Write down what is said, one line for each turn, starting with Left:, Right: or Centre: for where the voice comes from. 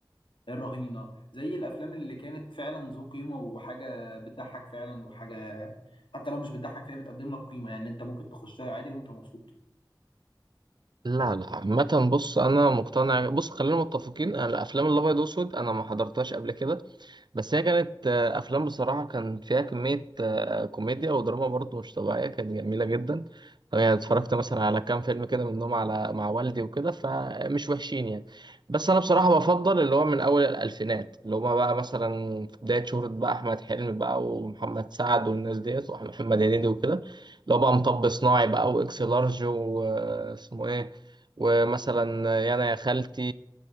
Left: الرهينة زي الأفلام اللي كانت فعلا ذو قيمة وحاجة بتضحك فعلا وحاجة حتى لو مش بتضحك فهي بتقدم لك قيمة يعني أنت ممكن تخشها عادي وأنت مبسوط
Right: لا لا عامة بص أنا مقتنع بص خلينا متفقين أنا الأفلام الأبيض وأسود أنا ما حضرتهاش قبل كده بس هي كانت آه، افلام بصراحه كان فيها كميه آه، كوميديا ودراما برضه مش طبيعيه كانت جميله جدا طبعا يعني اتفرجت مثلا على كام فيلم كده منهم على مع والدي وكده فمش وحشين يعني بس انا بصراحه بفضل اللي هو من اول الالفينات اللي هما بقى مثلا في بدايه شهره بقى احمد حلمي بقى ومحمد سعد والناس ديت ومحمد هنيدي وكده اللي هو بقى مطب صناعي بقى واكس لارج واسمه ايه ومثلا يانا يا خالتي